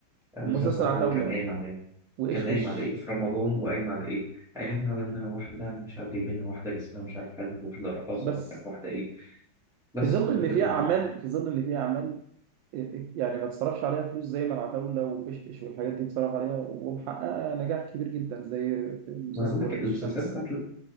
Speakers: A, in the centre; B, on the right.
A: يعني
B: ومسلسل
A: مسلسل العتاولة
B: عتاوله
A: كان قايم على إيه؟
B: وايش
A: كان
B: ايش
A: قايم على إيه في رمضان وقايم على إيه؟ قايم على إنها واحدة مش عارف جايبينها واحدة جسمها مش عارف حاجة واحدة رقاصة
B: بس
A: مش عارف واحدة إيه بس
B: في ظل
A: هو
B: ان
A: ده اللي
B: في
A: بيعمله
B: اعمال في ظل ان في اعمال يعني ما تصرفش عليها فلوس زي ما العتاولة وإشش والحاجات دي اتصرف عليها ومحققة نجاح كبير جدا زي في مسلسل
A: ما أنا بقول لك
B: ولاد
A: المسلسلات
B: الشمس
A: بتاعت ال-